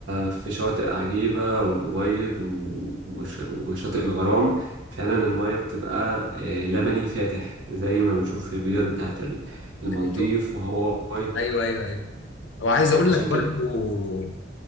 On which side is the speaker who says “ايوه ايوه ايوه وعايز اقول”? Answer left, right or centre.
Left